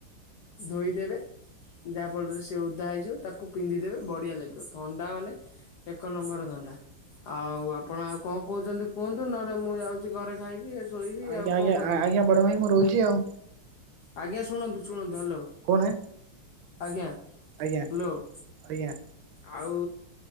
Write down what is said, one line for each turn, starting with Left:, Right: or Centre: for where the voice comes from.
Left: ଧୋଇଦେବେ ଯାହା ଫଳରେ ସେ ଓଧା ହେଇଯିବ ତାକୁ ପିନ୍ଧିଦେବେ ବଢିଆ ଲାଗିବ ତ ଥଣ୍ଡା ମାନେ ଏକ ନମ୍ବର ଥଣ୍ଡା ଆଉ ଆ ଆପଣ ଆଉ କଣ କହୁଛନ୍ତି କୁହନ୍ତୁ ନହେଲେ ମୁଁ ଯାଉଛି ଘରେ ଖାଇବି ଶୋଇବି
Right: ଆଜ୍ଞା
Left: ଆଉ
Right: ଆଜ୍ଞା
Left: କଣ କରିବି
Right: ଆଜ୍ଞା ବଡ ଭାଇ ମୁଁ ରହୁଛି ଆଉ
Left: ଆଜ୍ଞା ଶୁଣନ୍ତୁ ଶୁଣନ୍ତୁ। ହ୍ୟାଲୋ
Right: କହୁନା
Left: ଆଜ୍ଞା
Right: ଆଜ୍ଞା
Left: ହ୍ୟାଲୋ।
Right: ଆଜ୍ଞା।
Left: ଆଉ